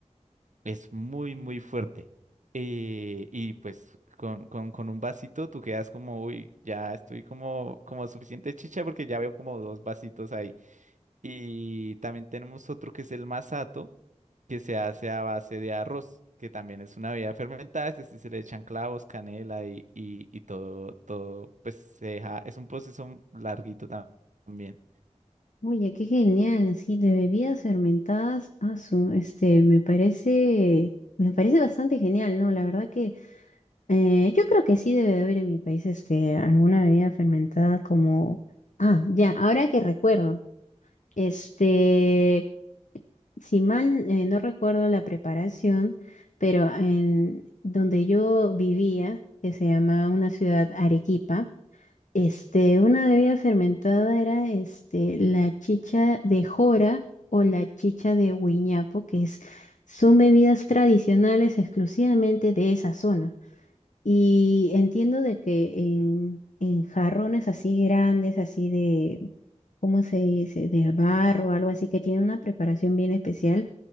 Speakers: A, on the right (about 80°); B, on the left (about 80°).
A: es muy, muy fuerte. eh, y pues con, con- con un vasito tú quedas como, uy, ya estoy como, como suficiente chicha porque ya veo como dos vasitos ahí. Y también tenemos otro que es el masato que se hace a base de arroz, que también es una bebida fermentada, es decir, se le echan clavos, canela y, y, y todo, todo, pues se deja, es un proceso larguito tam- también.
B: Oye, qué genial, sí, de bebidas fermentadas, ah, su, este, me parece, me parece bastante genial, ¿no? La verdad que eh, yo creo que sí debe de haber en mi país, este, alguna bebida fermentada como, ah, ya, ahora que recuerdo, este, si mal eh, no recuerdo la preparación, pero en donde yo vivía, que se llama una ciudad Arequipa, Este, una bebida fermentada era este, la chicha de jora o la chicha de huiñapo, que es, son bebidas tradicionales exclusivamente de esa zona. Y entiendo de que en, en jarrones así grandes, así de, ¿cómo se dice? De barro, algo así, que tiene una preparación bien especial